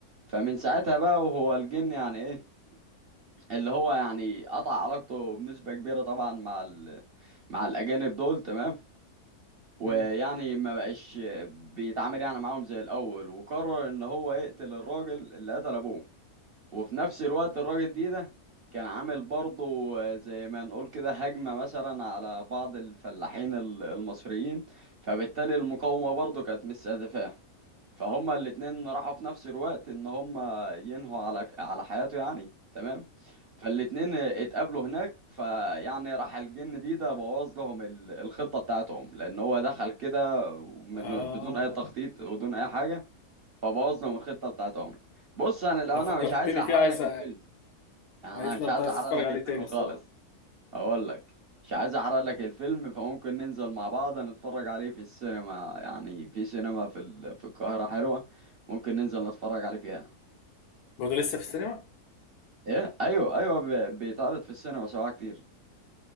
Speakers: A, on the right (about 55°); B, on the left (about 85°).
A: فمن ساعتها بقى وهو الجن يعني ايه اللي هو يعني قطع علاقته بنسبة كبيرة طبعا مع ال... مع الأجانب دول تمام ويعني
B: مم.
A: ما بقاش بيتعامل يعني معاهم زي الأول وقرر إن هو يقتل الراجل اللي قتل أبوه وفي نفس الوقت الراجل دي ده كان عامل برضه آه، زي ما نقول كده هجمة مثلا على بعض الفلاحين ال- المصريين فبالتالي المقاومة برضه كانت مستهدفاه فهما الاتنين راحوا في نفس الوقت ان هما ينهوا على على حياته يعني تمام فالاتنين اتقابلوا هناك فيعني راح الجن دي ده بوظ لهم ال- الخطة بتاعتهم لان هو دخل كده من
B: اه
A: بدون اي تخطيط ودون اي حاجة فبوظنا من الخطه بتاعتهم بص انا للامانه
B: انا فكرتني
A: مش عايز احرق
B: فيه عايز
A: لك الفيلم يعني
B: عايزنا
A: انا مش عايز
B: عايز
A: احرق
B: اتفرج
A: لك
B: عليه
A: الفيلم
B: تاني الصراحه
A: خالص اقول لك مش عايز احرق لك الفيلم فممكن ننزل مع بعض نتفرج عليه في السينما يعني في سينما في ال... في القاهره حلوه ممكن ننزل نتفرج عليه فيها
B: هو ده لسه في السينما
A: ايه ايوه ايوه ب... بيتعرض في السينما سواء كتير